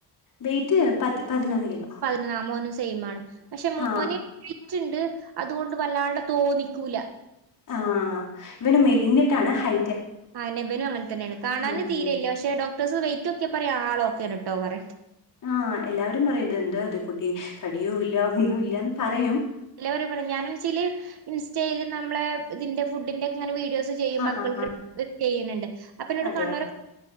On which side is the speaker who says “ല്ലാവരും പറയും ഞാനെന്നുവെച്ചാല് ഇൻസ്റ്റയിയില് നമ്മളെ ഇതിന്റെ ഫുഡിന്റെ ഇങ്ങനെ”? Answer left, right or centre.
Right